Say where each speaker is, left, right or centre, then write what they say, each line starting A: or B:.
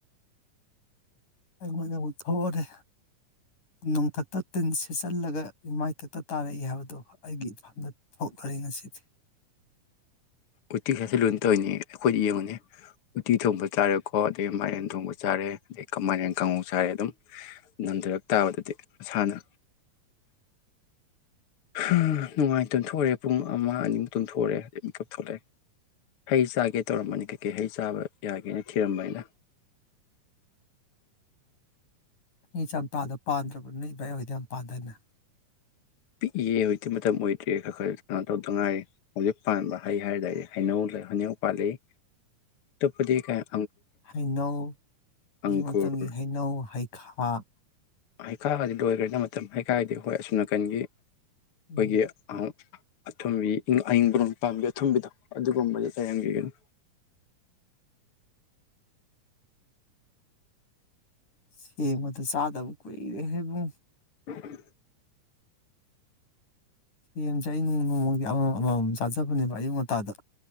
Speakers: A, on the left; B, on the left.
A: ꯑꯩꯉꯣꯟꯗ ꯑꯃꯨꯛ ꯊꯣꯛꯑꯣꯅꯦ ꯅꯣꯡꯊꯛꯇ ꯇꯤꯟ ꯁꯤꯠꯆꯜꯂꯒ ꯏꯃꯥꯏꯊꯛꯇ ꯇꯥꯔꯛꯏ ꯍꯥꯏꯕꯗꯣ ꯑꯩꯒꯤ ꯍꯟꯗꯛ ꯏꯐꯝꯗ ꯊꯣꯛꯔꯔꯦ ꯉꯁꯤꯗꯤ
B: ꯎꯇꯤ ꯁꯥꯁꯤꯂꯨꯏ ꯇꯧꯔꯤꯅꯤ ꯑꯩꯈꯣꯏꯗꯤ ꯌꯦꯡꯉꯨꯅꯦ ꯎꯇꯤ ꯊꯣꯡꯕ ꯆꯥꯔꯦꯀꯣ ꯑꯗꯩ ꯃꯥꯏꯔꯦꯟ ꯊꯣꯡꯕ ꯆꯥꯔꯦ ꯑꯗꯩ ꯀ ꯃꯥꯏꯔꯦꯟ ꯀꯥꯡꯍꯧ ꯆꯥꯔꯦ ꯑꯗꯨꯝ ꯅꯟꯊꯔꯛ ꯇꯥꯕꯗꯨꯗꯤ ꯃꯁꯥꯅ ꯍꯥ ꯅꯨꯡꯉꯥꯏ ꯇꯨꯝꯊꯣꯛꯎ꯭ꯔꯦ ꯄꯨꯡ ꯑꯃ ꯑꯅꯤꯃꯨꯛ ꯇꯨꯝꯊꯣꯛꯎꯔꯦ ꯗꯩ ꯃꯤꯀꯞ ꯊꯣꯛꯂꯛꯑꯦ ꯍꯩ ꯆꯥꯒꯦ ꯇꯧꯔꯝꯕꯅꯤ ꯀꯩꯀꯩ ꯍꯩ ꯆꯥꯕ ꯌꯥꯒꯦꯅ ꯊꯤꯔꯝꯕꯅꯤꯗ
A: ꯅꯣꯏ ꯆꯝꯄꯥꯗ ꯄꯥꯟꯗ꯭ꯔꯕ ꯅꯣꯏ ꯏꯚꯥꯏ ꯍꯣꯏꯗꯤ ꯌꯥꯝ ꯄꯥꯟꯗꯥꯏꯅꯦ
B: ꯄꯤꯛꯏꯌꯦ ꯍꯧꯖꯤꯛꯇꯤ ꯃꯠ ꯃꯇꯝ ꯑꯣꯏꯗ꯭ꯔꯦ ꯈꯔ ꯈꯔ ꯀꯩꯅꯣ ꯇꯧꯗꯉꯥꯏꯔꯤ ꯍꯧꯖꯤꯛ ꯄꯥꯟꯕ ꯍꯩ ꯍꯥꯏꯒꯗꯤ ꯍꯩꯅꯧ ꯂꯩ ꯍꯩꯅꯧ ꯄꯥꯜꯂꯤ ꯑꯇꯣꯞꯄꯗꯤ ꯀꯩꯝ
A: ꯍꯩꯅꯧ ꯍꯧꯖꯤꯛ
B: ꯑꯪꯒꯨꯔ
A: ꯃꯇꯝꯒꯤ ꯍꯩꯅꯧ ꯍꯩꯈꯥ
B: ꯍꯩꯈꯥꯒꯗꯤ ꯂꯣꯏꯈ꯭ꯔꯦꯗ ꯃꯇꯝ ꯍꯩꯈꯥꯏꯗꯣ ꯍꯣꯏ ꯑꯁꯨꯝ ꯅꯥꯀꯟꯒꯤ ꯑꯩꯈꯣꯏꯒꯤ
A: ꯎꯝ
B: ꯑꯍ ꯑꯊꯨꯝꯕꯤ ꯏꯪ ꯑꯏꯪꯕꯔꯣꯝ ꯄꯥꯝꯕꯤ ꯑꯊꯨꯝꯕꯤꯗꯣ ꯑꯗꯨꯒꯨꯝꯕꯗꯤ ꯂꯩꯔꯝꯒꯤꯒꯅꯤ
A: ꯁꯦꯃꯒꯗꯣ ꯆꯥꯗꯕ ꯀꯨꯏꯔꯦ ꯍꯦ ꯕꯨꯡ
B: <inaudible>
A: ꯌꯦꯟꯖꯦ ꯑꯩ ꯅꯣꯡꯃ ꯅꯣꯡꯃꯒꯤ ꯑꯃꯃꯝ ꯑꯃꯃꯝ ꯆꯥꯖꯕꯅꯦꯕ ꯑꯌꯨꯛ ꯉꯟꯇꯥꯗ